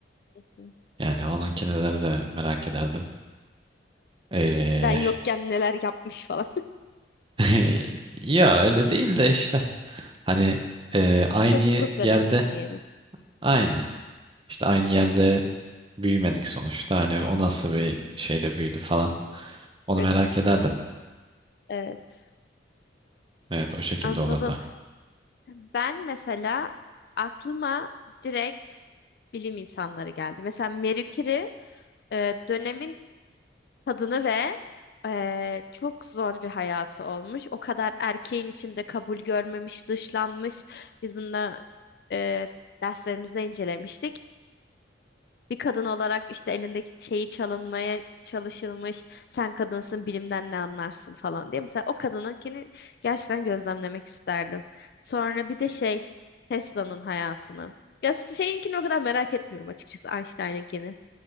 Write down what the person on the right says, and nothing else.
Yani onunkineleri de merak ederdim. Ee,
<laughs> ya öyle değil de işte hani e, aynı
yerde
aynı işte aynı yerde büyümedik sonuçta hani o nasıl bir şeyde büyüdü falan onu
merak ederdim.
Evet o şekilde
olurdu.